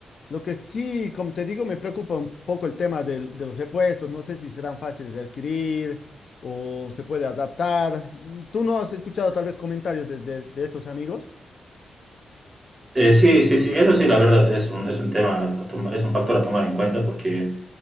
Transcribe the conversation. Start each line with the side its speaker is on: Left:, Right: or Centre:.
Left: Lo que sí, como te digo, me preocupa un poco el tema del- de, los repuestos. No sé si serán fáciles de adquirir o se puede adaptar. Mm, ¿Tú no has escuchado tal vez comentarios de, de- de estos amigos?
Right: Eh, sí, sí, sí, eso sí, la verdad, es un, es un tema, a tom- es un factor a tomar en cuenta porque